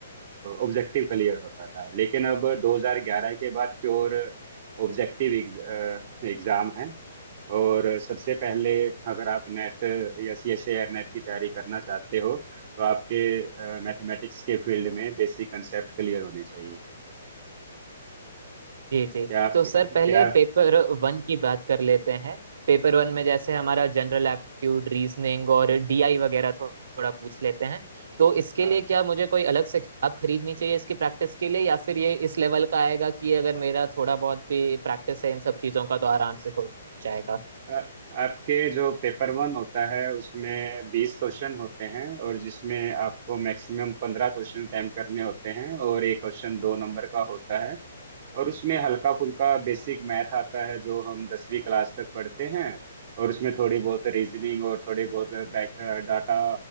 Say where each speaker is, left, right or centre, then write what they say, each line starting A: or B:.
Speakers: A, on the right; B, on the right.
A: ऑब्जेक्टिव क्लियर होता था लेकिन अब 2011 के बाद प्योर ऑब्जेक्टिव एग्जाम है और सबसे पहले अगर आप नेट या C S A R NET की तैयारी करना चाहते हो तो आपके मैथमेटिक्स के फील्ड में बेसिक कंसेप्ट क्लियर होने चाहिए
B: जी जी
A: क्या आपके
B: तो सर पहले
A: क्या
B: पेपर वन की बात कर लेते हैं पेपर वन में जैसे हमारा जनरल एप्टीट्यूड रीजनिंग और डीआई वगैरह थो, थोड़ा पूछ लेते हैं तो इसके
A: हाँ
B: लिए क्या मुझे कोई अलग से किताब खरीदनी चाहिए इसकी प्रैक्टिस के लिए या फिर ये इस लेवल का आएगा कि अगर मेरा थोड़ा बहुत भी प्रैक्टिस है इन सब चीज़ों का तो आराम से हो जाएगा
A: अ, आपके जो पेपर वन होता है उसमें बीस क्वेश्चन होते हैं और जिसमें आपको मैक्सिमम पंद्रह क्वेश्चन अटेम्प्ट करने होते हैं और एक क्वेश्चन दो नंबर का होता है और उसमें हल्का फुल्का बेसिक मैथ आता है जो हम दसवीं क्लास तक पढ़ते हैं और उसमें थोड़ी बहुत रीजनिंग और थोड़ी बहुत बैक डाटा